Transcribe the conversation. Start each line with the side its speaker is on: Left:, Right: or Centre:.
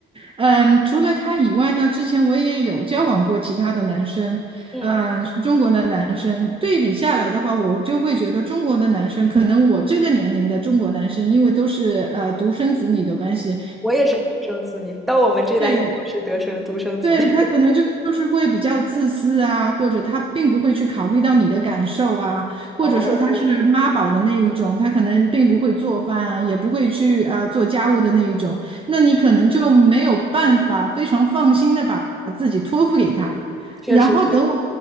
Right: 嗯，除了他以外呢，之前我也有交往过其他的男生，
Centre: 嗯，
Right: 嗯，是中国的男生。对比下来的话，我就会觉得中国的男生，可能我这个年龄的中国男生，因为都是呃独生子女的关系。
Centre: 我也是独生子女，到我们这代依旧是独生独生子女。
Right: 对，对，他可能就就是会比较自私啊，
Centre: <laughs>
Right: 或者他并不会去考虑到你的感受啊，或者说他是妈宝的那一种，
Centre: 哦，
Right: 他可能并不会做饭啊，也不会去啊、做家务的那一种，那你可能就没有办法非常放心的把把自己托付给他。
Centre: 确实确实，
Right: 然后等我